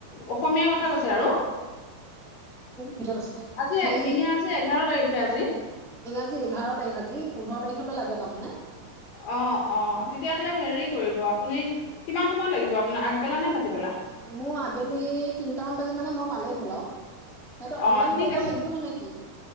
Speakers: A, on the left; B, in the centre.
A: অসমীয়া কথা
B: আছে
A: কৈছে আৰু
B: ভিতৰত আছে
A: আজি
B: হেৰি
A: ইংৰাজী এঘাৰ তাৰিখে আজি।
B: আজি এঘাৰ তাৰিখ আজি পোন্ধৰ তাৰিখলৈ লাগে তাৰমানে।
A: অ অ তেতিয়াহ'লে হেৰি কৰিব আপুনি কিমান সময় লাগিব আপোনাৰ আগবেলা নে ভাতিবেলা?
B: মোৰ আবেলি তিনটামান বাজি মানে মই পালেই হ'ল আৰু সেইটো
A: অ',
B: অনলাইন
A: ঠিক
B: কৰিব
A: আছে।
B: লাগিব নে নে কি?